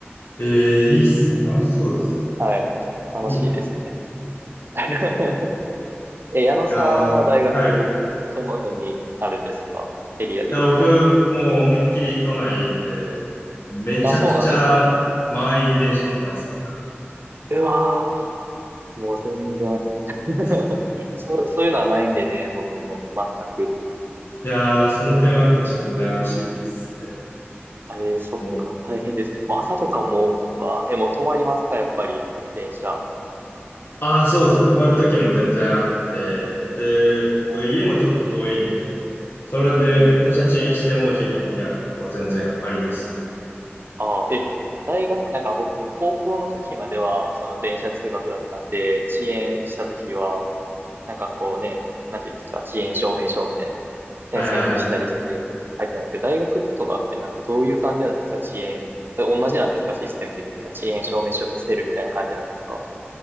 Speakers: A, on the left; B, on the right.
A: ええ、いいっすね。楽しそうですね。
B: はい。楽しいですね。
A: いいな。い
B: <laughs> え、矢野さんは大学、
A: やー、はい。い
B: どの辺にあるんですかエリアで言うと。
A: や、僕、もう思いっきり都内で、めちゃくちゃ満員電車乗ってますね。
B: あ、そうなんですね。
A: だからもう。
B: うわー、もう全然。<laughs>
A: そうですね。
B: そう、そういうのはないんでね、僕もね、全く。
A: いやー、その点はやっぱちょっと羨ましいですね。
B: ええー、そっか。
A: もう、
B: 大変ですね。でも朝とかも、は、え、もう止まりますかやっぱり、電車。あ
A: ああ、そうですね。泊まる時も全然あって、で、
B: ーうん
A: 家もちょっと遠いんで、それで電車遅延してもう授業間に合わないとかは全然ありますね。
B: うんうんああ、え、大学、なんか僕も高校の時までは、その電車通学だったんで、遅延した時は、なんかこうね、なんていうんですか、遅延証明書みたいな、
A: はいはいはい。
B: 先生に見せたりして、入ってたんですけど、大学とかってなんかどういう感じなんですか遅延。同じなんですかシステム的には。遅延証明書を見せるみたいな感じなんですか